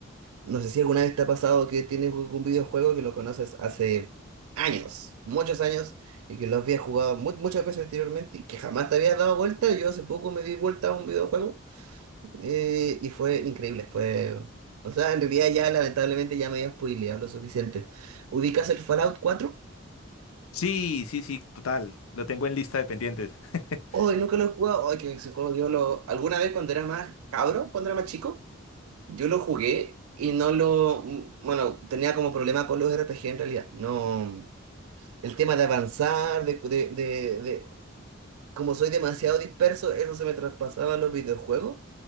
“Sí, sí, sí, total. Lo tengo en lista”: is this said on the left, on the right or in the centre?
Left